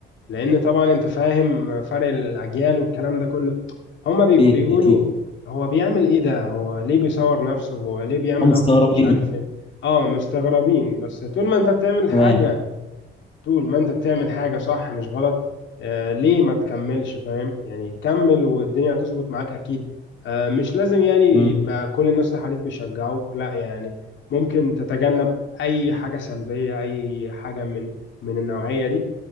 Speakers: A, on the left; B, on the left.
A: لأن طبعا أنت فاهم فرق الأجيال والكلام ده كله هما بيك-
B: اكيد
A: بيقولوا
B: اكيد
A: هو بيعمل إيه ده هو ليه بيصور نفسه هو ليه بيعمل
B: هم مستغربين
A: أبلود مش عارف فين أه مستغربين بس طول ما أنت بتعمل حاجة
B: تمام
A: طول ما انت بتعمل حاجة صح مش غلط آه ليه ما تكملش فاهم يعني كمل والدنيا هتظبط معاك اكيد آه مش لازم يعني
B: امم
A: يبقى كل الناس اللي حواليك بيشجعوك لا يعني ممكن تتجنب اي حاجة سلبية اي حاجة من من النوعية دي